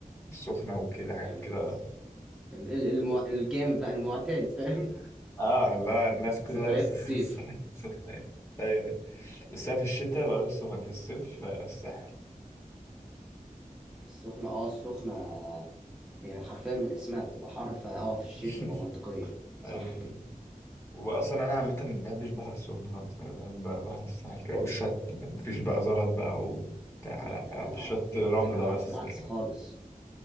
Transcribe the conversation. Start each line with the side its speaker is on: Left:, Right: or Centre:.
Left: السخنة وكده حاجات
Centre: جامد
Left: كده
Centre: ال- ال- المو... الجامد بقى المعتاد فاهم
Left: اه لا الناس
Centre: <laughs>
Left: كلها
Centre: سفريات
Left: بتسافر
Centre: الصيف
Left: الساحل السخنة يعني أيوة. بس أنا في الشتاء بروح السخنة في الصيف آه، الساحل
Centre: السخنه اه السخنه هي حرفيا من اسمها بتبقى حر فاه في الشتاء
Left: <laughs>
Centre: تبقى منطقيه صح
Left: أي
Centre: كده
Left: وأصلا أنا عامة ما بحبش بحر السخنة خالص أنا بحب بحر الساحل كده والشط مفيش بقى زلط بقى وبتاع
Centre: لا ده
Left: لا
Centre: اللي انا
Left: في الشط
Centre: اعرفه
Left: رملة
Centre: ده اللي انا اعرفه
Left: بس
Centre: العكس
Left: يعني
Centre: خالص